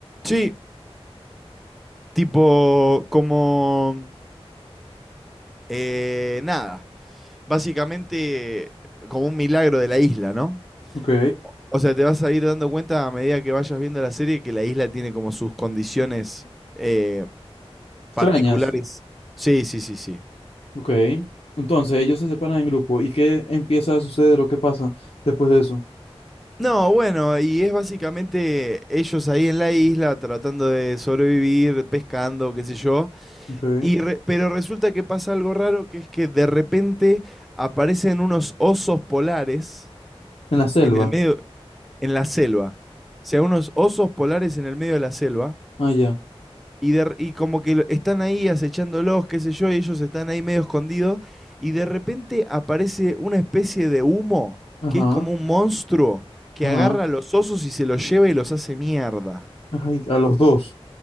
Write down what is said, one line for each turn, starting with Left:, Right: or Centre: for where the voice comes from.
Centre: Sí, tipo como... eh, nada. Básicamente como un milagro de la isla, ¿no?
Left: Ok.
Centre: O sea, te vas a ir dando cuenta a medida que vayas viendo la serie que la isla tiene como sus condiciones eh,
Left: Extrañas.
Centre: particulares. Sí, sí, sí, sí.
Left: Ok. Entonces ellos se separan en grupo. ¿Y qué empieza a suceder o qué pasa después de eso?
Centre: No, bueno, y es básicamente ellos ahí en la isla tratando de sobrevivir, pescando, qué sé yo.
Left: Ok. En
Centre: Y re- pero resulta que pasa algo raro, que es que de repente aparecen unos osos polares
Left: la selva.
Centre: en el medio, en la selva. O sea, unos osos polares en el medio de la selva
Left: Ah, ya.
Centre: y, de- y como que están ahí acechándolos, qué sé yo, y ellos están ahí medio escondidos, y de repente aparece una especie de humo,
Left: Ajá.
Centre: que es como un monstruo, que
Left: Ajá.
Centre: agarra a los osos y se los lleva y los hace mierda.
Left: Ay, a los dos.